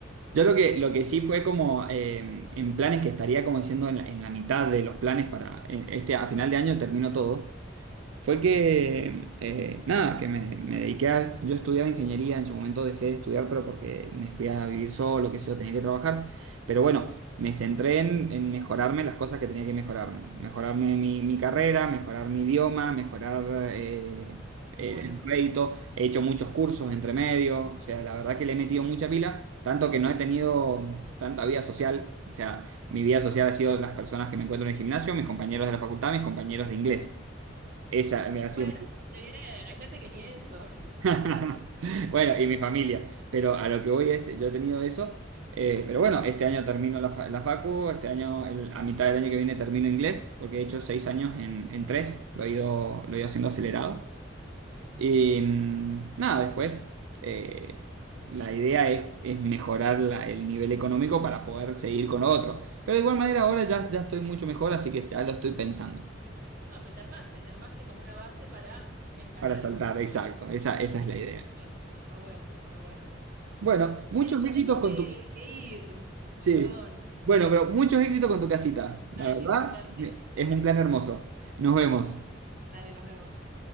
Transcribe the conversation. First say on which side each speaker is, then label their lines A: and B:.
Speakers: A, on the right (about 85°); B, on the right (about 45°).
A: Yo lo que, lo que sí fue como eh, en planes que estaría como diciendo en la, en la mitad de los planes para eh, este a final de año termino todo fue que, eh, nada, que me, me dediqué a... Yo estudiaba ingeniería, en su momento dejé de estudiar, pero porque me fui a vivir solo, que sé yo, tenía que trabajar. Pero bueno, me centré en, en mejorarme las cosas que tenía que mejorarme. Mejorarme mi, mi carrera, mejorar mi idioma, mejorar eh, el
B: Pero bueno,
A: rédito. He hecho muchos cursos entre medio, o sea, la verdad que le he metido mucha pila. Tanto que no he tenido tanta vida social. O sea, mi vida social ha sido las personas que me encuentro en el gimnasio, mis compañeros de la facultad, mis compañeros de inglés. Esa me ha sido
B: Bueno,
A: mi...
B: está bien, hay gente que ni eso.
A: <laughs> Bueno, y mi familia. Pero a lo que voy es, yo he tenido eso. eh, pero bueno, este año termino la, fa- la facu, este año, el- a mitad del año que viene termino inglés, porque he hecho seis años en, en tres, lo he ido, lo he ido haciendo acelerado. Y mm, nada, después eh, la idea es, es mejorar la- el nivel económico para poder seguir con lo otro. Pero de igual manera ahora ya, ya estoy mucho mejor, así que ya lo estoy pensando.
B: <laughs> no, pero te armaste, te armaste como una base para encarar.
A: Para saltar, exacto, esa, esa es la idea.
B: Bien, Está bueno, está bueno.
A: Bueno, muchos
B: Che, me
A: éxitos
B: tengo
A: con
B: que,
A: tu...
B: que ir.
A: Sí.
B: Perdón,
A: Bueno,
B: pero
A: pero muchos éxitos con tu casita. La
B: dale,
A: verdad,
B: gracias,
A: es
B: gracias.
A: un plan hermoso. Nos vemos.
B: Dale, nos vemos.